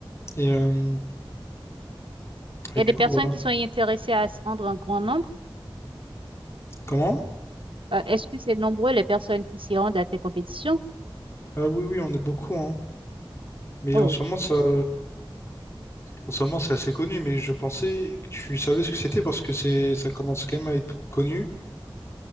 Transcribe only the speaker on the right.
Il y a
des personnes
qui sont intéressées à se rendre en grand nombre.
Euh, est-ce que c'est nombreux les personnes qui s'y rendent à tes compétitions?
Oh,